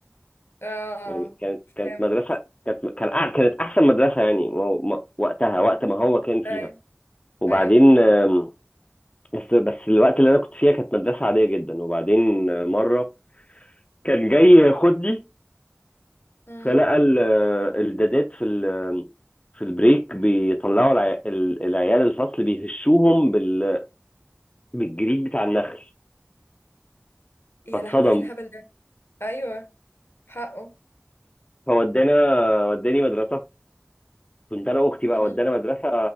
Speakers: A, on the left (about 75°); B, on the left (about 30°).
A: اه
B: يعني كانت
A: فاهم
B: كانت مدرسة كانت كان أع- كانت أحسن مدرسة يعني ما هو- ما- وقتها وقت ما هو كان فيها
A: ايوه
B: وبعدين
A: ايوه
B: آم، بس بس الوقت اللي أنا كنت فيها كانت مدرسة عادية جدا وبعدين آه، مرة كان جاي ياخدني
A: امم
B: فلقى ال- آه، الدادات في ال- في البريك بيطلعوا العي- ال- العيال الفصل بيهشوهم بال- بالجريد بتاع النخل
A: يا
B: فاتصدم
A: لهوي ايه الهبل ده ايوه حقه
B: فودانا وداني مدرسة كنت أنا وأختي بقى
A: امم
B: ودانا مدرسة